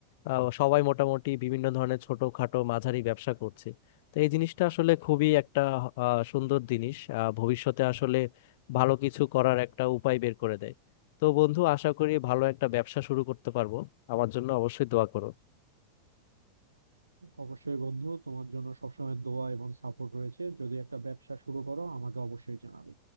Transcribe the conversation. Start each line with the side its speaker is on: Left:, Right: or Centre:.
Left: আহ, সবাই মোটামুটি বিভিন্ন ধরনের ছোটখাটো মাঝারি ব্যবসা করছে তো এই জিনিসটা আসলে খুবই একটা আহ, সুন্দর জিনিস আহ, ভবিষ্যতে আসলে ভালো কিছু করার একটা উপায় বের করে দেয় তো বন্ধু আশা করি ভালো একটা ব্যবসা শুরু করতে পারবো আমার জন্য অবশ্যই দোয়া করো
Right: অবশ্যই বন্ধু তোমার জন্য সবসময় দোয়া এবং সাপোর্ট রয়েছে যদি একটা ব্যবসা শুরু করো আমাকে অবশ্যই জানাবে